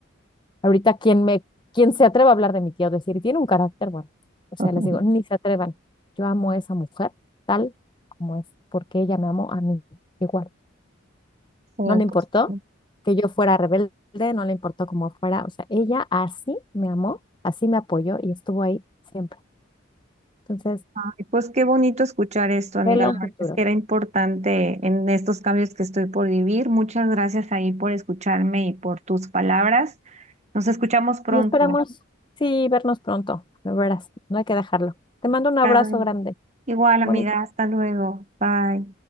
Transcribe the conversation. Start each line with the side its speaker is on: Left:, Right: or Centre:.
Left: Ahorita quien me, quien se atreva a hablar de mi tía o decir, tiene un carácter, bueno, o sea,
Right: <laughs>
Left: les digo, ni se atrevan. Yo amo a esa mujer tal como es, porque ella me amó a mí igual.
Right: Sí,
Left: No le importó
Right: pues, sí.
Left: que yo fuera rebelde, no le importó cómo fuera, o sea, ella así me amó, así me apoyó y estuvo ahí siempre. Entonces,
Right: Ay, pues qué bonito escuchar esto,
Left: velo
Right: amiga. La
Left: un
Right: verdad
Left: futuro.
Right: es que era importante en estos cambios que estoy por vivir. Muchas gracias ahí por escucharme y por tus palabras. Nos escuchamos pronto.
Left: Y esperemos, sí, vernos pronto, de veras, no hay que dejarlo. Te mando un abrazo
Right: Claro.
Left: grande,
Right: Igual,
Left: bonito.
Right: amiga. Hasta luego. Bye.